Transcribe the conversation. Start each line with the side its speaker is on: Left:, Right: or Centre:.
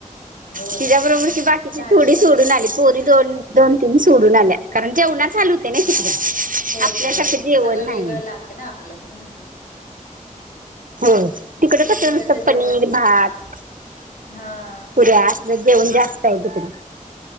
Left: हो
Right: तिच्या
Left: ना हम्म
Right: बरोबर की बाकीची
Left: धाडशी
Right: थोडी
Left: आहे
Right: सोडून आली पो मी दोन दोन तीन सोडून आल्या कारण जेवणाच हाल हु ते नाही
Left: हा
Right: तिकडं
Left: होतय
Right: आपल्यासारखं
Left: होतय
Right: जेवण
Left: सगळं वेगळं
Right: नाही.
Left: लागते ना आपलं हम्म.
Right: हो तिकडे
Left: ते
Right: कसं
Left: तिकडचं
Right: नुसतं
Left: जेवण
Right: पनीर भात.
Left: हा.
Right: ते आसल जेवण जास्त आहे तिकडे